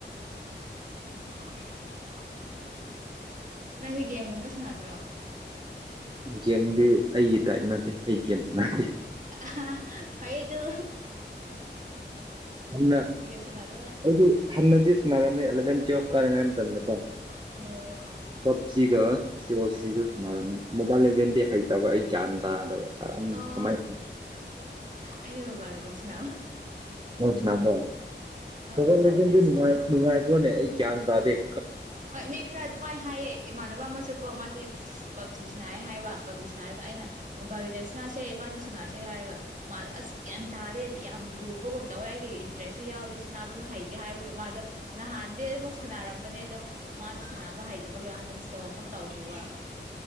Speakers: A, on the right (about 40°); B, on the right (about 25°).
A: <unintelligible> ꯅꯪꯗꯤꯒꯦꯦꯝꯒꯨꯝꯕ ꯆꯅꯗꯣ
B: ꯒꯦꯝꯗꯤ ꯑꯩꯒꯤ ꯇꯥꯏꯞ ꯅꯠꯇꯦ ꯑꯩ ꯒꯦꯝꯁ ꯗꯦ
A: ꯑ ꯍꯗꯨ
B: ꯍꯟꯅ
A: ꯒꯦꯝ ꯁꯥꯟꯅꯗꯕꯅ
B: ꯑꯩ ꯍꯟꯅꯗꯤ ꯁꯟꯅꯔꯝꯃꯦ ꯑꯦꯂꯚꯦꯟ ꯔꯥꯏ ꯇꯦꯣ
A: ꯑ
B: ꯁꯤꯒ ꯁꯤ ꯑꯣ ꯁꯤꯒ ꯁꯅꯔꯝꯃꯦ ꯃꯣꯕꯥꯏꯜ ꯂꯦꯖꯦꯟꯗꯤ ꯍꯩꯇꯕ ꯑꯩ ꯒ꯭ꯌꯥꯟ ꯇꯥꯗꯕ
A: ꯑꯣ
B: ꯀꯃꯥꯏ
A: ꯑꯅꯦꯕꯕꯥꯔꯗꯁꯤꯅꯥ
B: ꯁꯃꯣ ꯊ
A: ꯃꯣꯕꯥꯏꯜ
B: ꯂꯩꯗꯤꯅꯨꯡꯉꯥꯏ
A: ꯂꯤꯖꯦꯟ ꯁꯥꯟꯅꯩ
B: ꯅꯨꯡꯉꯥꯏꯕꯣꯅꯦ ꯭ꯌꯥꯟ ꯇꯗꯤꯝ
A: ꯍꯣꯏ ꯃꯤ ꯈꯔ ꯑꯗꯨꯃꯥꯏꯅ ꯍꯥꯏꯌꯦ ꯏꯃꯥꯟꯅꯕ ꯑꯃꯁꯨ ꯀꯣ ꯃꯥꯁꯦ ꯄꯞꯖꯤꯁꯤꯅ ꯍꯥꯏ ꯍꯥꯏ ꯋꯥ ꯄꯥꯂꯤꯁꯤꯅ ꯍꯥꯏꯔꯒ ꯑꯩꯅ ꯃꯣꯕꯥꯏꯜ ꯂꯤꯖꯦꯟꯁꯤꯅꯥꯁꯦ ꯏꯕꯥꯅꯤ ꯁꯅꯥꯁꯦ ꯍꯥꯏꯔꯒ ꯃꯥꯣ ꯑꯁ ꯒ꯭ꯌꯥꯟ ꯇꯥꯗꯦ ꯌꯥꯝ ꯂꯨꯕꯒꯨꯝ ꯇꯧꯋꯦ ꯑꯩꯒꯤ ꯏꯟꯇꯔꯦꯁꯁꯨ ꯌꯥꯎꯗꯦ ꯁꯅꯥꯕꯁꯨ ꯍꯩꯇꯦ ꯍꯥꯏꯕꯒꯤ ꯃꯥꯣ ꯅꯍꯥꯟꯗꯤ ꯑꯗꯨꯝꯃꯛ ꯁꯥꯟꯅꯔꯝꯕꯅꯦ ꯑꯗꯣ ꯃꯥꯗ ꯁꯥꯟꯅꯕ ꯍꯩꯇꯕꯒꯤ ꯑꯥꯅꯤꯟꯁꯇꯣ ꯑꯃꯨꯛ ꯇꯧꯈꯤꯕ